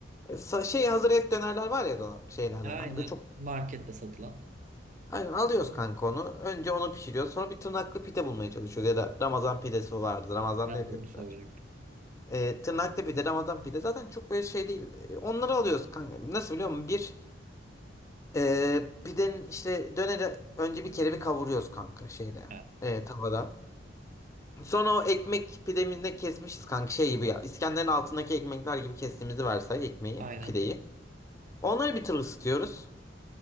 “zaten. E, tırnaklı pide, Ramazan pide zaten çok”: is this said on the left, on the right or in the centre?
Left